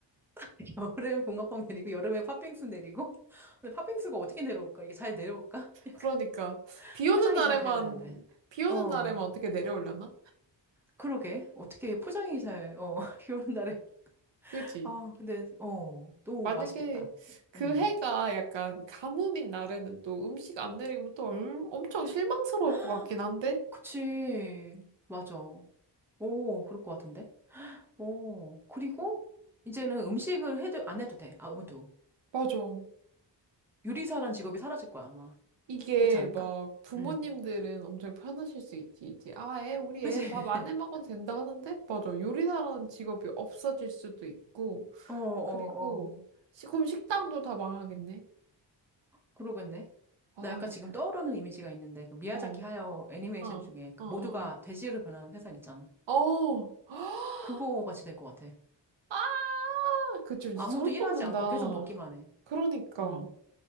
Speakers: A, in the centre; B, on the right.
A: <laughs> 여름에 붕어빵 내리고, 여름에 팥빙수 내리고. <laughs> 근데 팥빙수가 어떻게 내려올까? 이게 잘 내려올까? <laughs> 약간
B: 그러니까 비 오는
A: 포장이
B: 날에만
A: 잘 돼야 되는데.
B: 비 오는
A: 어,
B: 날에만 어떻게 내려오려나?
A: 그러게. 어떻게 포장이 잘, 어, <laughs> 비 오는 날에
B: 그렇지.
A: 아, 근데, 어, 또
B: 만약에
A: 맛있겠다.
B: 그
A: 음.
B: 해가 약간 가뭄인 날에는 또 음식 안 내리면 또 얼- 엄청 실망스러울
A: 아,
B: 것 같긴 한데.
A: <gasps> 그치. 맞아. 오, 그럴 것 같은데? 오, 그리고 이제는 음식을 해도, 안 해도 돼. 아무도.
B: 맞아.
A: 요리사란 직업이 사라질 거야, 아마.
B: 이게
A: 그렇지 않을까?
B: 막 부모님들은
A: 음.
B: 엄청 편하실 수 있지. 이제 아, 애, 우리
A: 그치?
B: 애
A: <laughs>
B: 밥 안 해 먹어도 된다 하는데? 맞아. 요리사라는 직업이 없어질 수도 있고.
A: 어, 어,
B: 그리고
A: 어.
B: 시, 그럼 식당도 다 망하겠네.
A: 그러겠네.
B: 아,
A: 나 약간
B: 이제.
A: 지금 떠오르는 이미지가 있는데, 그 미야자키
B: 어,
A: 하야 애니메이션
B: 어,
A: 중에 그
B: 어, 어.
A: 모두가 돼지로 변하는 세상 있잖아.
B: 어. 어. <gasps>
A: 그거 같이 될 것 같아.
B: 아! 그쵸. 이제
A: 아무도
B: 소름
A: 일하지
B: 돋는다.
A: 않고 계속 먹기만 해.
B: 그러니까.
A: 음.